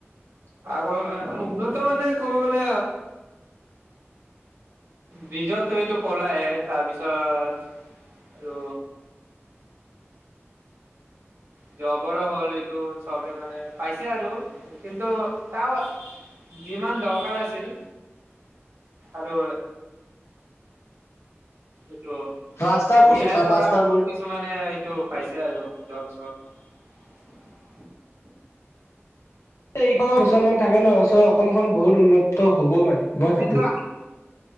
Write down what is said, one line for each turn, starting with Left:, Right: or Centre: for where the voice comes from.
Right: <unintelligible> উন্নত মানে ক'ব গ'লে ব্ৰিজত তুমিতো কলায়ে, তাৰপিছত আৰু জবৰো হ'ল এইটো চবে মানে পাইছে আৰু কিন্তু তাও যিমান দৰকাৰ আছিল, আৰু এইটো এ
Left: ৰাস্তাবোৰ
Right: আইৰ পৰা
Left: ৰাস্তাবোৰ
Right: আৰু কিছুমানে এইটো পাইছে আৰু জব চব
Left: স ক মুছলমান থাকে ন', চ' অসমখন বহুত উন্নত হ'ব মানে মই ভাবো।
Right: কিন্তু